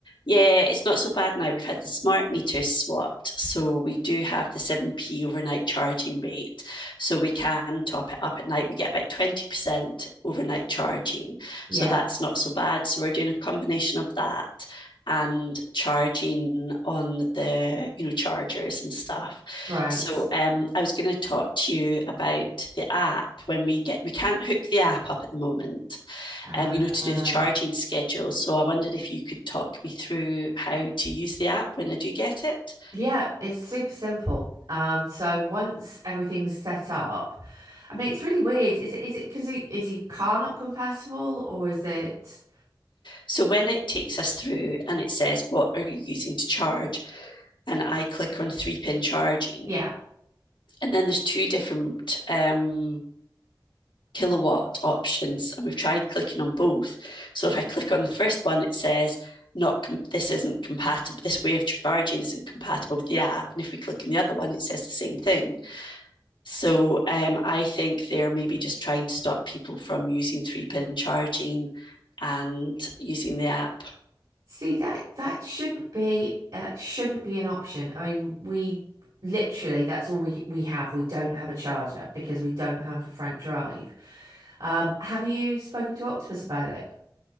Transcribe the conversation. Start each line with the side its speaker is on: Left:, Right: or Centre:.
Left: Yeah, it's not so bad now. We've had the smart meters swapped, so we do have the 7p overnight charging rate. So we can top it up at night. We get about 20% overnight charging.
Right: Yeah,
Left: So that's not so bad. So we're doing a combination of that and charging on the you know chargers and stuff
Right: right.
Left: so um, i was going to talk to you about the app when we get we can't hook the app up at the moment
Right: Uh,
Left: um, you know, to
Right: uh,
Left: do the charging schedule. So I wondered if you could talk me through how to use the app when I do get it.
Right: yeah, it's super simple. Um, so once everything's set up, I mean, it's really weird. Is it is it because is your car not compatible or is it?
Left: So when it takes us through and it says, what are you using to charge? And I click on three pin charging.
Right: Yeah.
Left: And then there's two different um, kilowatt options. And we've tried clicking on both. So if I click on the first one, it says, not com- this isn't compatible this way of charging isn't compatible with the app and if we click on the other one it says the same thing So um, I think they're maybe just trying to stop people from using three pin charging and using the app.
Right: See that that shouldn't be uh, that shouldn't be an option. I mean, we literally that's all we we have. We don't have a charger because we don't have a front drive. Um, have you spoken to Octopus about it?